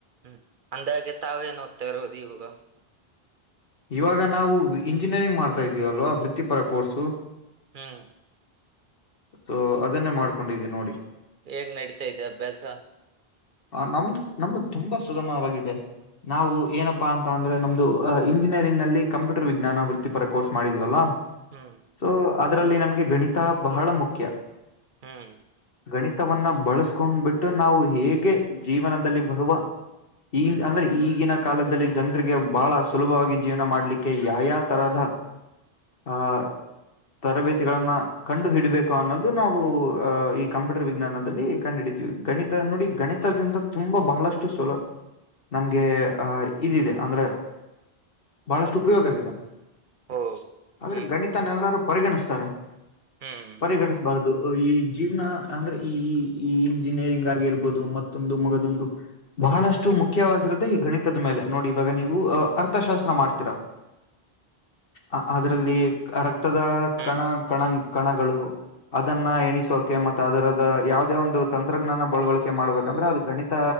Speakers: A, on the right; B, on the left.
A: ಹ್ಮ್ ಅಂದಾಗೆ ತಾವೇನ್ ಓದ್ತಾ ಇರೋದು ಇವಾಗ
B: ಇವಾಗ ನಾವು ಇಂಜಿನಿಯರಿಂಗ್ ಮಾಡ್ತಾ ಇದೀವಲ್ವಾ ವೃತ್ತಿಪರ ಕೋರ್ಸು
A: ಹ್ಮ್
B: ಸೊ ಅದನ್ನೇ ಮಾಡ್ಕೊಂಡಿದೀವ್ ನೋಡಿ
A: ಹೇಗ್ ನಡತಾ ಇದೆ ಅಭ್ಯಾಸ
B: ಆ ನಮ್ದು ನಮ್ದು ತುಂಬಾ ಸುಗಮವಾಗಿದೆ. ನಾವು ಏನಪ್ಪಾ ಅಂತ ಅಂದ್ರೆ ನಮ್ದು ಅ ಇಂಜಿನಿಯರಿಂಗ್ ನಲ್ಲಿ ಕಂಪ್ಯೂಟರ್ ವಿಜ್ಞಾನ ವೃತ್ತಿಪರ ಕೋರ್ಸ್ ಮಾಡಿದ್ವಲ್ವಾ
A: ಹ್ಮ್
B: ಸೊ ಅದ್ರಲ್ಲಿ ನಮ್ಗೆ ಗಣಿತ ಬಹಳ ಮುಖ್ಯ
A: ಹ್ಮ್
B: ಗಣಿತವನ್ನ ಬಳಸ್ಕೊಂಡ್ಬಿಟ್ ನಾವು ಹೇಗೆ ಜೀವನದಲ್ಲಿ ಬರುವ ಈ ಅಂದ್ರೆ ಈಗಿನ ಕಾಲದಲ್ಲಿ ಜನರಿಗೆ ಬಹಳ ಸುಲಭವಾಗಿ ಜೀವನ ಮಾಡಲಿಕ್ಕೆ ಯಾ ಯಾ ತರಹದ ಹಾ ತರಬೇತಿಗಳನ್ನ ಕಂಡು ಹಿಡಿಬೇಕು ಅನ್ನೋದು ನಾವು ಅಹ್ ಈ ಕಂಪ್ಯೂಟರ್ ವಿಜ್ಞಾನದಲ್ಲಿ ಕಂಡು ಹಿಡಿತೀವಿ ಗಣಿತ ನೋಡಿ ಗಣಿತ್ ದಿಂದ ತುಂಬಾ ಬಹಳಷ್ಟು ಸುಲ ನಮ್ಗೆ ಅಹ ಇದಿದೆ ಅಂದ್ರೆ ಬಹಳಷ್ಟು ಉಪಯೋಗವಿದೆ
A: ಓ
B: ಆದ್ರೆ
A: ಹ್ಮ್
B: ಗಣಿತನ್ನೆಲ್ಲರೂ ಪರಿಗಣಿಸ್ತಾರೆ
A: ಹ್ಮ್
B: ಪರಿಗಣಿಸ್ಬಾರ್ದು ಈ ಜೀವ್ನ ಅಂದ್ರೆ ಈ ಈ ಈ ಇಂಜಿನಿಯರಿಂಗ್ ಆಗಿರ್ಬೋದು ಮತ್ತೊಂದು ಮಗದೊಂದು - ಬಹಳಷ್ಟು
A: ಹ್ಮ್
B: ಮುಖ್ಯವಾಗಿರುದೆ ಈ ಗಣಿ ತದ ಮೇಲೆ ನೋಡಿ ಇವಾಗ ನೀವು ಅರ್ಥಶಾಸ್ತ್ರ ಮಾಡ್ತೀರಾ ಆ ಅದ್ರಲ್ಲಿ ರಕ್ತದ
A: ಹ್ಮ್
B: ಕಣ ಕಣ ಕಣಗಳು ಅದನ್ನ ಎಣಿಸೋಕೆ ಮತ್ತ ಅದರದ ಯಾವದೇ ಒಂದು ತಂತ್ರಜ್ಞಾನ ಬಳವಳಿಕೆ ಮಾಡ್ಬೇಕಂದ್ರೆ ಅದು ಗಣಿತ